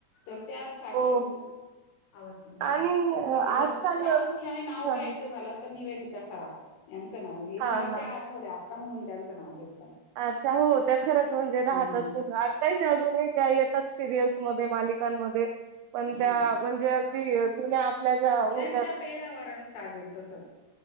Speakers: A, on the left; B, on the right.
A: तर.. त्यासाठी
B: हो
A: मी आवाज कमी कर
B: आणि
A: त्यासाठी जर
B: आजकाल
A: प्रामुख्याने नाव..
B: हा
A: घ्यायच
B: हा
A: झा तर निवेदिता सराप यांच नाव घे
B: हा
A: मला
B: हा
A: त्या आठवल्या आता म्हणून त्यांच नाव घेत.
B: अच्छा हो त्या घराच म्हणजे राहतच
A: हम्म हम्म
B: सु आता नाही अजूनही त्या येत.. सिरियल्समध्येध्ये मालिकांमध्ये.. पण त्या
A: हम्म
B: म्हणजे अगदी जुन्या आपल्या ज्या होत्या..
A: त्यांच्या पेहरावाला साजेल तसच